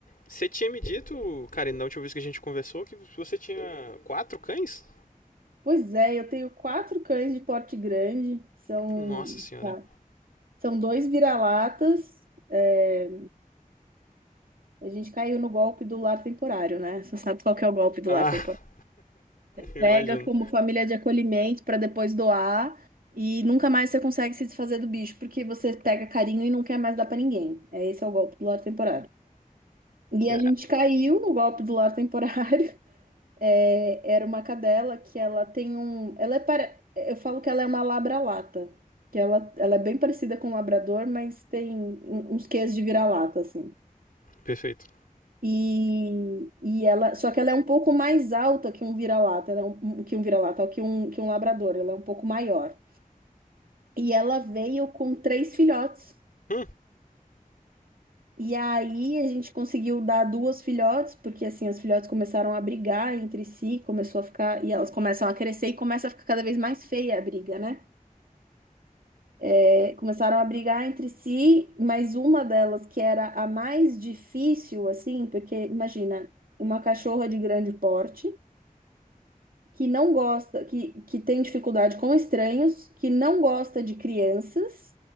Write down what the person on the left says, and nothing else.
Você tinha me dito, cara, na última vez que a gente conversou, que você tinha quatro cães?
Nossa senhora.
Ah,
<laughs> imagino.
Yeah.
Perfeito.
Hum,